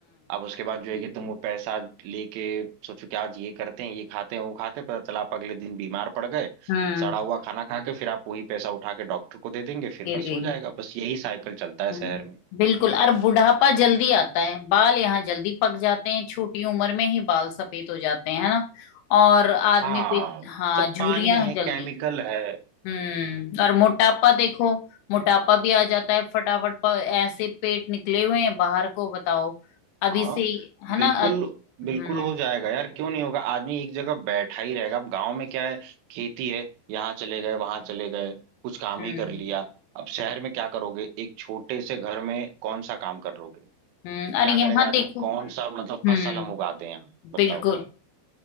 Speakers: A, on the right; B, on the left.
A: अब उसके बाद जो है कि तुम वो पैसा लेके सोचो कि आज ये करते हैं ये खाते हैं वो खाते हैं पता चला आप अगले दिन बीमार पड़ गए
B: हम्म
A: सड़ा हुआ खाना खा के फिर आप वही पैसा उठा के डॉक्टर को दे देंगे फिर
B: ये
A: बस
B: देख
A: हो जाएगा बस यही साइकिल चलता है
B: हम्म,
A: शहर में
B: बिल्कुल और बुढ़ापा जल्दी आता है बाल यहाँ जल्दी पक जाते हैं छोटी उम्र में ही बाल सफेद हो जाते हैं है ना और आदमी
A: हाँ
B: पे हाँ
A: सब
B: झुर्रियां
A: पानी है
B: जल्दी
A: केमिकल है
B: हम्म और मोटापा देखो मोटापा भी आ जाता है फटाफट प- ऐसे पेट निकले हुए हैं बाहर को बताओ अभी
A: हाँ
B: से ही, है
A: बिल्कुल
B: ना अ-
A: बिल्कुल
B: हम्म
A: हो जाएगा यार क्यों नहीं होगा आदमी एक जगह बैठा ही रहेगा अब गांव में क्या है खेती है यहाँ चले गए वहां चले गए कुछ काम
B: हम्म
A: ही कर लिया अब शहर में क्या करोगे एक छोटे से घर में कौन सा काम कर लोगे
B: हम्म और
A: क्या
B: यहाँ
A: करेगा आदमी
B: देखो
A: कौन सा मतलब
B: हम्म
A: फसल हम उगा दें यहाँ बताओ
B: बिल्कुल